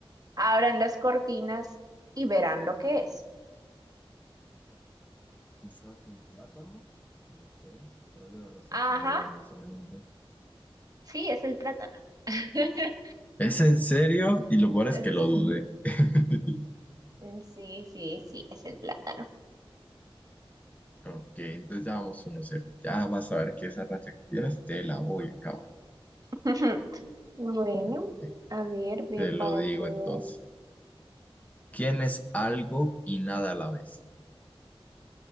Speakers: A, on the right; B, on the left.
A: Abran las cortinas y verán lo que es.
B: Quizás un plátano, no sé, por alguna razón
A: Ajá,
B: se me viene eso a la mente.
A: sí, es el plátano. <laughs>
B: ¿Es en serio? Y lo peor es
A: Es-
B: que lo dudé. <laughs>
A: mm, sí, sí, sí, es el plátano.
B: Ok, entonces ya vamos uno cero. Ya vas a ver que esa racha que tienes te la voy a acabar.
A: <laughs> Bueno,
B: Ok,
A: a ver, ver
B: Te lo
A: para
B: digo
A: creer.
B: entonces. ¿Quién es algo y nada a la vez?